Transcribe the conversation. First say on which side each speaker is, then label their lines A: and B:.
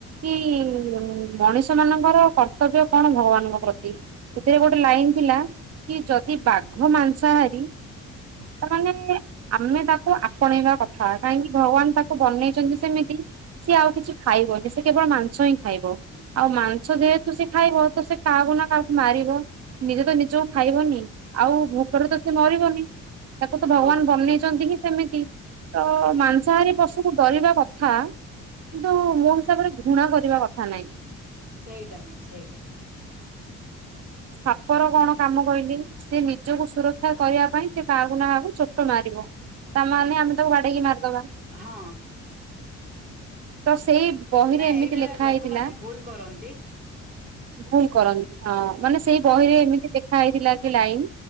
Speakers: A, on the right; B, on the right.
A: କି ମଣିଷ ମାନଙ୍କର କର୍ତ୍ତବ୍ୟ କଣ ଭଗବାନଙ୍କ ପ୍ରତି। ଏଥିରେ ଗୋଟେ ଲାଇନ ଥିଲା କି ଯଦି ବାଘ ମାଂସ ହାରି। ତମାନେ ଏ। ଆମେ ତାକୁ ଆପଣେଇବା କଥା କାହିଁକି ଭଗବାନ ତାକୁ ବନେଇଛନ୍ତି ସେମିତି। ସିଏ ଆଉ କିଛି ଖାଇବନି ସେ କେବଳ ମାଂସ ହିଁ ଖାଇବ। ଆଉ ମାଂସ ଯେହେତୁ ସେ ଖାଇବ ତ ସେ କାହାକୁ ନା କାହାକୁ ମାରିବ ନିଜେ ତ ନିଜକୁ ଖାଇବନି। ଆଉ ଭୋକରେ ତ ସେ ମରିବନି ତାକୁ ତ
B: ହଁ
A: ଭଗବାନ ବନେଇଛନ୍ତି କି ସେମିତି। ତ ମାଂସହାରୀ ପଶୁକୁ ଡରିବା କଥା। କିନ୍ତୁ ମୋ ହିସାବରେ ଘୃଣା କରିବା କଥା ନାହିଁ।
B: ସେଇଟା ହିଁ ସେଇଟା ହିଁ।
A: ସାପର କଣ କାମ କହିଲି। ସେ ନିଜକୁ ସୁରକ୍ଷା କରିବା ପାଇଁ ସେ କାହାକୁ ନା କାହାକୁ ଚୋଟ ମାରିବ। ତାମାନେେ ଆମେ ତାକୁ ବାଡେଇକି ମାରିଦବା।
B: ହଁ।
A: ତ ସେଇ ବହିରେ
B: ନାଇଁ
A: ଏମିତି
B: ଏଇଟା
A: ଲେଖା
B: ଲୋକମାନେ
A: ହେଇଥିଲା।
B: ଭୁଲ କରନ୍ତି
A: ଭୁଲ କରନ୍ତି ହଁ ମାନେ ସେଇ ବହିରେ ଏମିତି ଲେଖା ହେଇଥିଲା କି ଲାଇନ୍